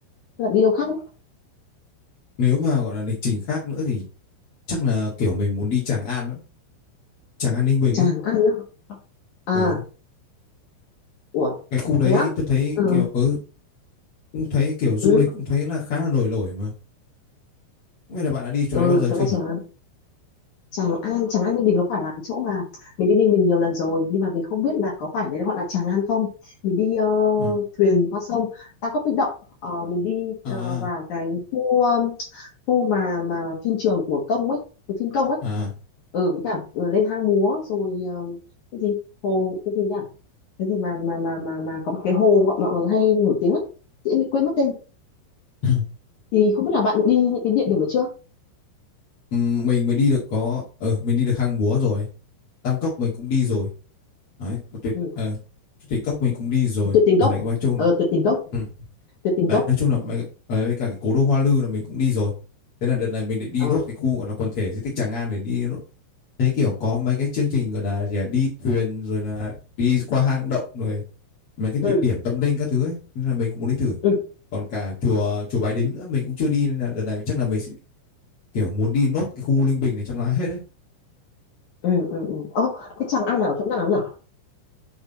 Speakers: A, on the left; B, on the left.
A: Tức là đi đâu khác ấy?
B: nếu mà gọi là lịch trình khác nữa thì chắc là kiểu mình muốn đi Tràng An đó. Tràng An Ninh Bình
A: Tràng
B: ấy
A: An á. À,
B: Ồ.
A: ủa,
B: cái khu đấy
A: thế á?
B: tôi thấy
A: Ừ,
B: kiểu ừ, cũng thấy kiểu du
A: ừ,
B: lịch cũng thấy là khá là nổi nổi mà không biết là bạn đã đi chỗ
A: ừ,
B: đấy bao giờ
A: thật
B: chưa
A: ra
B: nhỉ
A: Tràng An. Tràng An, Tràng An Ninh Bình có phải là cái chỗ mà mình đi Ninh Bình nhiều lần rồi nhưng mà mình không biết là có phải đấy gọi là Tràng An không. Mình đi ờ,
B: à
A: thuyền qua sông Tam Cốc Bích Động, Ờ, mình đi
B: à
A: ờ, vào cái khu khu mà mà phim trường của công ấy cái phim công ấy
B: à
A: ừ với cả ờ, lên hang múa rồi ờ, cái gì hồ cái gì nhỉ cái gì mà mà mà mà mà có một cái hồ mọi mọi người hay nổi tiếng ấy chị em bị quên mất tên
B: <clears throat>
A: thì không biết là bạn đi những cái địa điểm đấy chưa
B: Ừm, mình mới đi được có ờ mình đi được Hang Múa rồi Tam Cốc mình cũng đi rồi đấy có tuyệt
A: ừ.
B: ờ Tuyệt Cốc mình cũng đi rồi
A: tuyệt tình
B: ở
A: cốc
B: này nói chung
A: ờ
B: là
A: tuyệt tình cốc
B: ừ.
A: tuyệt tình
B: đấy
A: cốc
B: nói chung là mấy- ờ, với cả cái cố đô Hoa Lư là mình cũng đi rồi thế là đợt này mình định đi
A: ờ
B: nốt cái khu gọi là quần thể di tích Tràng An để đi nốt. thế kiểu có mấy cái chương trình gọi là gì à, đi thuyền rồi là đi qua hang động rồi mấy cái địa
A: ừ
B: điểm tâm linh các thứ ấy nên là mình cũng muốn đi thử
A: ừ
B: còn cả chùa chùa Bái Đính nữa mình cũng chưa đi nên là đợt này chắc là mình sẽ kiểu muốn đi nốt cái khu Linh Bình này cho nó hết đấy
A: ừ ừ ừ. Ồ, cái Tràng An là ở chỗ nào nhỉ